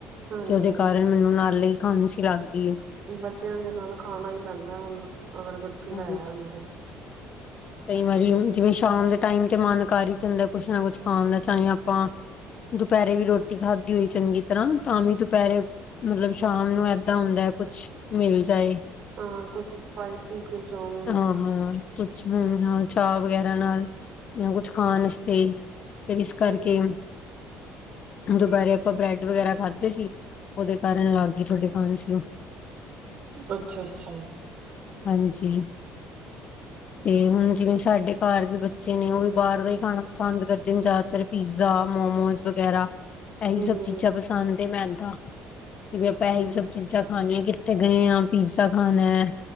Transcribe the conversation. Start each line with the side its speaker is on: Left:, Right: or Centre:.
Right: ਹਾਂਜੀ
Left: ਤੇ ਔਦੇ
Right: ਹਾਂਜੀ
Left: ਕਾਰਨ ਮੈਨੂੰ ਨਾਲੇ ਈ ਖਾਂਣਸੀ ਲੱਗ ਗਈ ਏ
Right: ਬੱਚਿਆਂ ਦੇ ਨਾਲ ਖਾਣਾ ਈ ਪੈਂਦੈ ਹੂਣ ਅਗਰ ਬੱਚੇ
Left: ਹਾਂਜੀ
Right: ਲੈ ਆਦੇ
Left: ਕਈ ਵਾਰੀ ਜਿਵੇਂ ਸ਼ਾਮ ਦੇ ਟਾਈਮ ਤੇ ਮਨ ਕਰ ਈ ਜਾਂਦੈ ਕੁਛ ਨਾ ਕੁਛ ਖਾਣ ਦਾ ਚਾਹੇ ਆਪਾਂ ਦੁਪੈਰੇ ਵੀ ਰੋਟੀ ਖਾਧੀ ਹੋਈ ਚੰਗੀ ਤਰ੍ਹਾਂ ਤਾਂ ਵੀ ਦੁਪੈਰੇ ਮਤਲਬ ਸ਼ਾਮ ਨੂੰ ਐਦਾਂ ਹੁੰਦੈ ਕੁਛ ਮਿਲ ਜਾਏ
Right: ਹਾਂ ਕੁਛ ਸਪਾਈਸੀ ਕੁਛ ਔਵੇ
Left: ਹਾਂ ਹਾਂ ਕੁਛ ਮੇਰੇ ਨਾਲ ਚਾ ਵਗੈਰਾ ਨਾਲ ਯਾ ਕੁਛ ਖਾਣ ਅਸਤੇ ਪਿਨਿਸ
Right: ਹੂੰ
Left: ਕਰ ਕੇ। ਦੁਪੈਰੇ ਅਪਾਂ ਬ੍ਰੈਡ ਵਗੈਰਾ ਖਾਧੇ ਸੀ, ਔਦੇ ਕਾਰਨ ਲਾਗ ਗੀ ਥੋਡੀ ਖਾਂਸੀ।
Right: ਅੱਛਾ ਅੱਛਾ।
Left: ਹਾਂਜੀ ਤੇ ਹੁਣ ਜਿਵੇਂ ਸਾਡੇ ਘਾਰ ਵੀ ਬੱਚੇ ਨੇ ਔ ਵੀ ਬਾਰ ਦਾ ਈ ਖਾਣਾ ਪਾਸੰਦ ਕਰਦੇ ਨੇ ਜੈਦਾਤਰ ਪੀਜ਼ਾ, ਮੋਮੋਸ ਵਗੈਰਾ। ਐਹੀ
Right: ਹੂੰ
Left: ਸਭ ਚੀਜ਼ਾਂ ਪਸੰਦ ਏ ਮੈਂਨ ਤਾ ਕਿ ਵੀ ਅਪਾਂ ਐਹੀ
Right: ਹਾਂ
Left: ਸਭ ਚੀਜ਼ਾਂ ਖਾਣੀਐ ਕਿੱਥੇ ਗਏ ਆ ਪੀਜ਼ਾ ਖਾਣਾ ਹੈ।